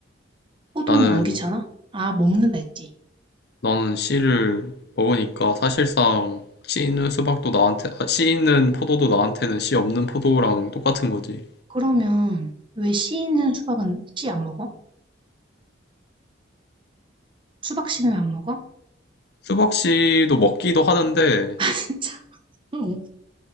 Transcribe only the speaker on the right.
포도는
안 귀찮아? 아 먹는다 했지.
그러면 왜 씨 있는 수박은 씨 안 먹어? 수박 씨는 왜 안 먹어?
아 진짜. 응.